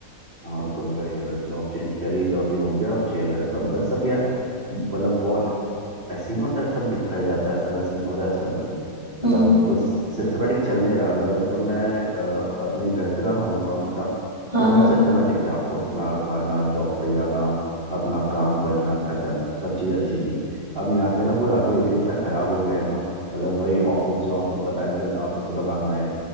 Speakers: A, on the right; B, on the right.
A: हाँ तो वही बस जॉब चेंज करी तो अभी हो गया अब छह महीने तो बस अब यार मतलब बहुत सीन होता है सब बिखर जाता है ऐसा वाला सीन हो रहा है सब बस
B: हम्म
A: मतलब कुछ सिस्टमेटिक चल नहीं रहा मतलब जब तक मैं अ, अपने घर पे था ना होम टाउन में था
B: हाँ
A: तब तक
B: हाँ
A: सिस्टमेटिक था उठना खाना जॉब पे जाना अपना काम करना खत्म सब चीज़ अच्छी थी अब यहाँ पे ना पूरा आके रूटीन इतना खराब हो गया है ना मतलब वही ऑफिस जाओ तो पता नहीं चलता ऑफिस से कब आना है